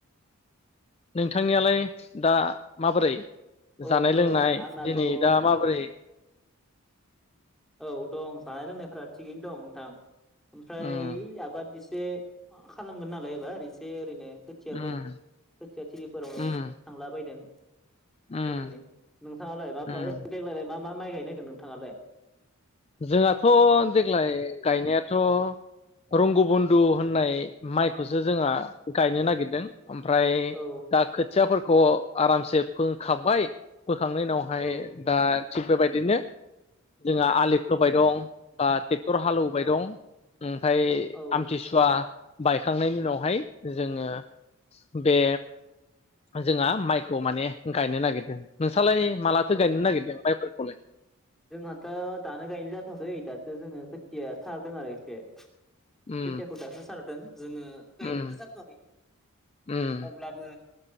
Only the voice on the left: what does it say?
नोंथांनियालाय दा माबोरै?
जानाय
लोंनाय
दिनै
दा माबोरै?
उम
उम
उम
उम
उम
जोंहाथ देग्लाय गायनायाथ रंगुबन्न्दु होननाय माइखौसो जोंहा गायनो नागिरदों। ओमफ्राय
दा खोथियाफोरखौ खौ आरामसे फोंखांबाय फोखांनायनि उनावहाय
दा थिग बेबायदिनो जोंहा आलि होबाय दं बा थि थर हालौउबाय
दं ओमफ्राय
आमथिसुवा बायखांनायनि उनावहाय जोङो बे जोंहा माइखौ माने गायनो नागिरदों नोंस सालाय मालाथो
गायनो नागिरदों मायफोरखौ? फले
उम
उम
उम